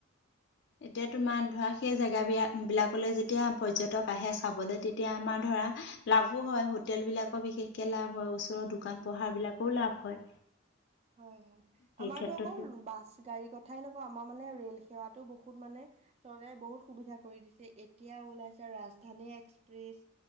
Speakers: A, on the left; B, on the right.
A: এতিয়া তোমাৰ ধৰা সেই জেগা বি বিলাকলৈ যেতিয়া পৰ্যটক আহে চাবলৈ তেতিয়া আমাৰ ধৰা ধ, লাভো হয়। হোটেল বিলাকৰ বিশেষকে লাভ হয়। ওচৰৰ দোকান পোহাৰ বিলাকও লাভ হয়।
B: হয়, হয়,
A: সেই
B: আমাৰতো
A: ক্ষেত্ৰতো
B: অকল বাছ গাড়ী কথা কথাই নকওঁ আমাৰ মানে ৰেলেৱাতো বহুত মানে চৰকাৰে বহুত সুবিধা কৰি দিছে। এতিয়া ওল ৰাজধানী এক্সপ্ৰেছ